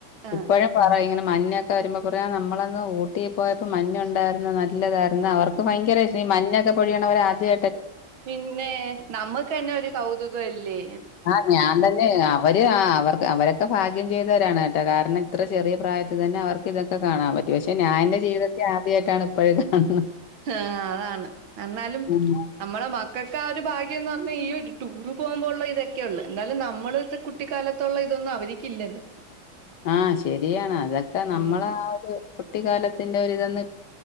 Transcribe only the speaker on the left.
ഇപ്പോഴും പറ ഇങ്ങന മഞ്ഞൊക്കെ വരുമ്പോ പറയാ നമ്മളന്ന് ഊട്ടി പോയപ്പോ മഞ്ഞുണ്ടായിരുന്നു നല്ലതായിരുന്നു അവർക്ക് ഭയങ്കര ഇഷ്ടം ഈ മഞ്ഞൊക്കെ കൊഴിയണ അവർ ആദ്യ
ആ് ഞാൻ തന്നെ അവര് ആ അവർക്ക് അവരൊക്കെ ഭാഗ്യം ചെയ്ത തവരാണ് കേട്ടോ കാരണം ഇത്ര ചെറിയ പ്രായത്തിൽ തന്നെ അവർക്ക് ഇതൊക്കെ കാണാൻ പ പക്ഷെ ഞാ എന്റെ ജീവിതത്തി ആദ്യായിട്ടാണ് പ്പഴാ കാണ്ന്ന്
ഉം.
ആ ശെരിയാണ് അതൊക്കെ നമ്മളാ
ഒരു കുട്ടിക്കാലത്തിന്റെ ഒരിതന്ന്